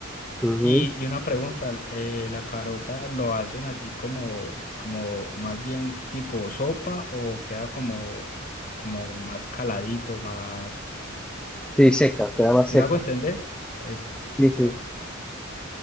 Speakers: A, in the centre; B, on the left.
A: Ujú.
B: Y, y una pregunta, eh, ¿la carota lo hacen así como, como más bien tipo sopa o queda como, como más caladito, más...
A: Sí, seca, queda más
B: ¿Sí
A: seca.
B: me hago entender? Eso,
A: Sí,
B: exacto.
A: sí.